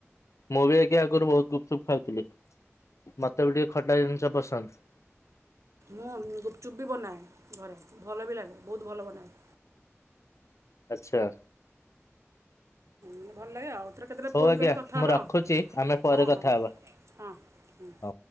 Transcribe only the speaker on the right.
ମୁଁ ଗୁପଚୁପ୍ ବି ବନାଏ ଘରେ ଭଲ ବି ଲାଗେ ବହୁତ ଭଲ ବନାଏ।
ଉଁ ଭଲ ଲାଗେ ଆଉ ଆଉ ଥରେ କେତେବେଳେ
ଫୋନ୍
କଲେ କଥା
ହେବା
ଆଉ
ହଁ
ହଁ
ହଁ ହୁଁ।